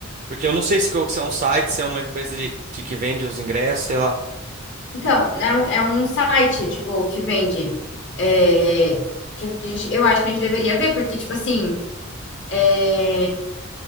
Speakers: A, on the right; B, on the left.
A: Porque eu não sei se, co- se é um site, se é uma empresa de, de que vende os ingressos, sei lá.
B: Então, é um, é um site, tipo, que vende. é, que a gente- eu acho que a gente deveria ver, porque, tipo assim, é,